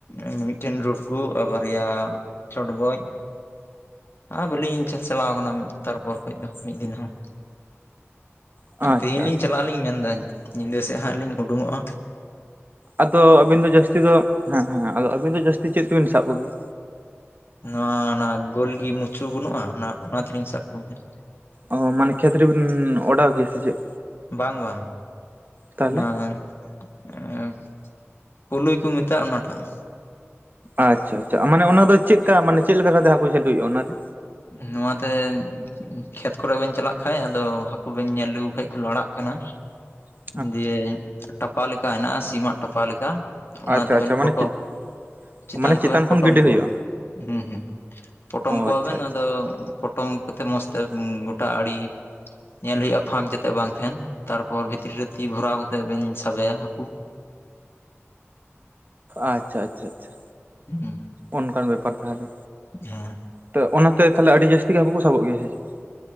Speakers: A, on the left; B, on the right.
A: ᱢᱤᱫᱼᱢᱤᱫ᱾ ᱴᱮᱱᱼᱨᱩᱰᱜᱩ ᱟᱨ ᱵᱟᱨᱭᱟ ᱪᱚᱰᱜᱚᱡᱼᱼ ᱟᱨ ᱵᱟᱹᱞᱤᱧ ᱪᱟᱥ ᱪᱟᱞᱟᱣ ᱠᱟᱱᱟ ᱢᱤᱫ ᱛᱟᱨᱯᱚᱨ ᱠᱷᱚᱡ ᱫᱚ ᱢᱤᱫ ᱫᱤᱱ ᱦᱚᱸ᱾
B: ᱟᱪᱪᱷᱟ
A: ᱟ ᱛᱮᱦᱮᱧ ᱞᱤᱧ
B: ᱟᱪᱪᱷᱟ
A: ᱪᱟᱞᱟᱜ ᱟᱹᱞᱤᱧ ᱢᱮᱱ ᱫᱟᱹᱧ, ᱧᱤᱫᱟᱹ ᱥᱮᱜ ᱦᱟᱸᱜ ᱞᱤᱧ ᱩᱸᱰᱩᱝᱚᱜᱼᱟ᱾
B: ᱟᱫᱚ ᱟᱵᱤᱱ ᱫᱚ ᱡᱟᱹᱥᱛᱤ ᱫᱚ, ᱦᱮᱸ ᱦᱮᱸ ᱟᱫᱚ ᱟᱵᱤᱱ ᱫᱚ ᱡᱟᱹᱥᱛᱤ ᱪᱮᱫ ᱛᱮᱵᱤᱱ ᱥᱟᱵ ᱠᱚᱜᱮᱭᱟ?
A: ᱱᱚᱣᱟ ᱚᱱᱟ ᱜᱳᱞᱜᱮ ᱢᱩᱪᱩ ᱵᱟᱹᱱᱩᱜᱼᱟ ᱚᱱᱟ, ᱚᱱᱟ ᱛᱮᱞᱤᱧ ᱥᱟᱵ ᱠᱚᱜᱮᱭᱟ᱾
B: ᱚ ᱢᱟᱱᱮ ᱠᱷᱮᱛ ᱨᱮᱵᱤᱱ ᱚᱰᱟᱣ ᱜᱮᱭᱟ ᱥᱮ ᱪᱮᱫ?
A: ᱵᱟᱝ ᱵᱟᱝ
B: ᱛᱟᱦᱚᱞᱮ
A: ᱱᱚᱜᱼᱚᱭ ᱟᱸ ᱯᱩᱞᱩᱭ ᱠᱚ ᱢᱮᱛᱟᱜᱼᱟ ᱚᱱᱟᱴᱟᱜ᱾
B: ᱟᱪᱪᱷᱟ ᱟᱪᱪᱷᱟ, ᱢᱟᱱᱮ ᱚᱱᱟ ᱫᱚ ᱪᱮᱫᱠᱟ ᱢᱟᱱᱮ ᱪᱮᱫ ᱞᱮᱠᱟ ᱠᱟᱛᱮ ᱦᱟᱹᱠᱳ ᱡᱷᱟᱹᱞᱤ ᱦᱳᱭᱳᱜᱼᱟ ᱚᱱᱟ ᱨᱮ?
A: ᱱᱚᱣᱟ ᱛᱮᱧᱼᱼ ᱠᱷᱮᱛ ᱠᱚᱨᱮ ᱵᱤᱱ ᱪᱟᱞᱟᱜ ᱠᱷᱟᱸᱡ ᱟᱫᱚ ᱦᱟᱠᱳ ᱵᱤᱱ ᱧᱮᱞ ᱟᱹᱜᱩ ᱠᱮᱜᱼᱠᱚ ᱞᱟᱲᱟᱜ ᱠᱟᱱᱟ
B: <inaudible>
A: ᱫᱤᱭᱮ, ᱴᱟᱯᱟ ᱞᱮᱠᱟ ᱦᱮᱱᱟᱜᱼᱟ ᱥᱤᱢᱟᱜ ᱴᱟᱯᱟ ᱞᱮᱠᱟ
B: ᱟᱪᱪᱷᱟ
A: ᱚᱱᱟ ᱛᱮ
B: ᱟᱪᱪᱷᱟ
A: ᱵᱤᱱ
B: ᱢᱟᱱᱮ
A: ᱯᱚᱴᱚᱢ
B: ᱪᱮᱫ
A: ᱪᱤᱛᱟᱱ
B: ᱢᱟᱱᱮ ᱪᱮᱛᱟᱱ
A: ᱠᱷᱚᱡ ᱵᱤᱱ
B: ᱠᱷᱚᱱ
A: ᱯᱚᱴᱚᱢ
B: ᱜᱤᱰᱤ ᱦᱩᱭᱩᱜᱼᱟ
A: ᱠᱚᱣᱟ, ᱦᱩᱸ ᱦᱩᱸ ᱯᱚᱴᱚᱢ
B: ᱚ
A: ᱠᱚᱣᱟ
B: ᱟᱪᱪᱷᱟ
A: ᱵᱤᱱ
B: ᱟᱪᱪᱷᱟ
A: ᱟᱫᱚᱼᱼ ᱛᱚ ᱯᱚᱴᱚᱢ ᱠᱚᱛᱮ ᱢᱚᱸᱡᱽᱛᱮ ᱜᱚᱴᱟ ᱟᱹᱲᱤᱼᱼ ᱧᱮᱞ ᱦᱩᱭᱩᱜᱼᱟ ᱯᱷᱟᱸᱠ ᱡᱟᱛᱮ ᱵᱟᱝ ᱛᱟᱦᱮᱱ ᱛᱟᱨᱯᱚᱨ ᱵᱷᱤᱛᱨᱤ ᱨᱮ ᱛᱤ ᱵᱷᱚᱨᱟᱣ ᱠᱟᱛᱮᱜ ᱞᱤᱧ ᱥᱟᱵᱮᱭᱟ ᱦᱟᱹᱠᱩ᱾
B: ᱟᱪᱪᱷᱟ ᱟᱪᱪᱷᱟ ᱟᱪᱪᱷᱟ
A: ᱦᱩᱸ
B: ᱚᱱᱠᱟᱱ ᱵᱮᱯᱟᱨ ᱛᱟᱦᱚᱞᱮᱼᱼ
A: <unintelligible>
B: ᱛᱚ ᱚᱱᱟ ᱛᱮ ᱛᱟᱦᱚᱞᱮ ᱟᱹᱰᱤ ᱡᱟᱹᱥᱛᱤ ᱜᱮ ᱦᱟᱹᱠᱩ ᱠᱚ ᱥᱟᱵᱚᱜ ᱜᱮᱭᱟ ᱥᱮ ᱪᱮᱫ?